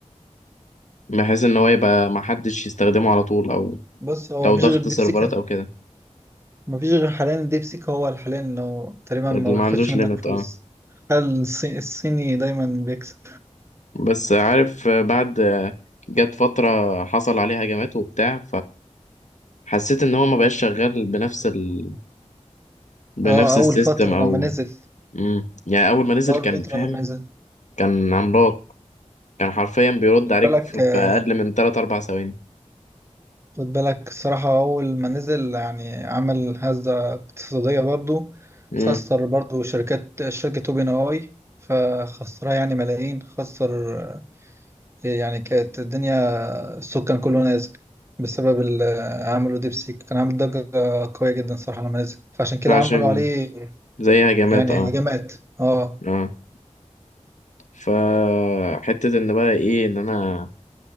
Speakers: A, on the left (about 80°); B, on the right (about 20°).
A: بحيث ان هو يبقى محدش يستخدمه على طول او
B: بص هو
A: لو
B: مفيش
A: ضغط
B: غير
A: سيرفرات
B: ديبسيك
A: او كده
B: مفيش غير حاليا الديبسيك هو حاليا اللي هو تقريبا
A: اللي
B: ما
A: ما
B: بياخدش
A: عندوش
B: منك
A: ليميت
B: فلوس
A: اه
B: هل الصي- الصيني دايما بيكسب
A: بس عارف آه، بعد آه، جت فترة حصل عليه هجمات وبتاع فحسيت ان هو ما بقاش شغال بنفس ال... بنفس
B: اه أول
A: السيستم
B: فترة
A: او
B: لما نزل
A: مم. يعني اول ما نزل
B: أول
A: كان
B: فترة
A: فاهم
B: لما نزل
A: كان عملاق كان حرفيا بيرد
B: خد
A: عليك
B: بالك
A: في
B: آه،
A: في اقل من 3 4 ثواني
B: خد بالك الصراحة أول ما نزل يعني عمل هزة اقتصادية برضو
A: امم
B: خسر برضو شركات شركة أوبن أي فخسرها يعني ملايين خسر آه، يعني كانت الدنيا الصوت كان كله نازل بسبب ال- عملوا ديبسيك كان عامل ضجة قوية جدا صراحة لما نزل فعشان كده
A: عشان
B: عملوا عليه
A: زي هجمات
B: يعني
A: اه
B: هجمات اه
A: اه فحتة ان بقى ايه ان انا